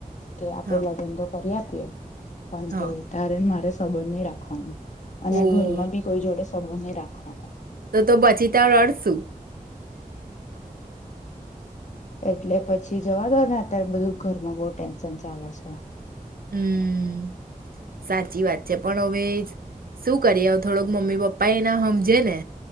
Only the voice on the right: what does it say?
હા,
હા.
ઓહ!
તો તો બચીતા રડશું
હમ્મ, સાચી વાત છે. પણ હવે શું કરીએ થોડોક મમ્મી પપ્પાએ ના હમજેને.